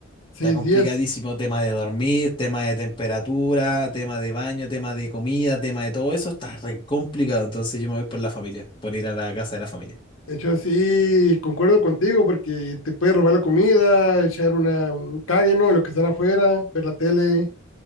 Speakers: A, on the left; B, on the left.
A: Seis,
B: Está complicadísimo
A: días.
B: tema de dormir, tema de temperatura, tema de baño, tema de comida, tema de todo eso, está re complicado. Entonces yo me voy por la familia, por ir a la casa de la familia.
A: De hecho, sí, concuerdo contigo porque te puede robar la comida, echar una, un cague, ¿no? Lo que están afuera, ver la tele.